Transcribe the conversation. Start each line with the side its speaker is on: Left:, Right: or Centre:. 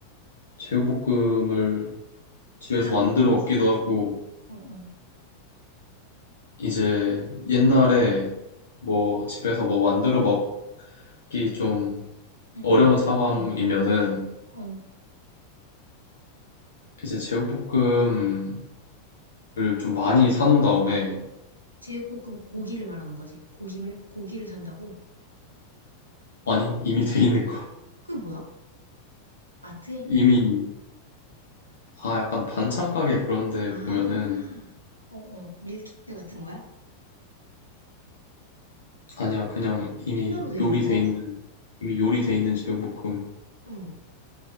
Left: 제육볶음을 집에서
Right: 사랑이?
Left: 만들어 먹기도 하고,
Right: 어, 어,
Left: 이제 옛날에 뭐 집에서 뭐 만들어 먹기 좀
Right: 응,
Left: 어려운
Right: 응.
Left: 상황이면은
Right: 응, 어,
Left: 이제 제육볶음을 좀 많이 사놓은 다음에
Right: 제육볶음 고기를 말하는 거지. 고기를, 고기를 산다고?
Left: 아니, 이미 돼 있는 거.
Right: 그게 뭐야? 마트에?
Left: 이미, 아, 약간 반찬 가게 그런데
Right: 아,
Left: 보면은,
Right: 어, 어. 밀키트 같은 거야?
Left: 아니야, 그냥 이미
Right: 찐으로 돼
Left: 요리돼
Right: 있는 거?
Left: 있는, 이미 요리돼 있는 제육볶음.
Right: 응,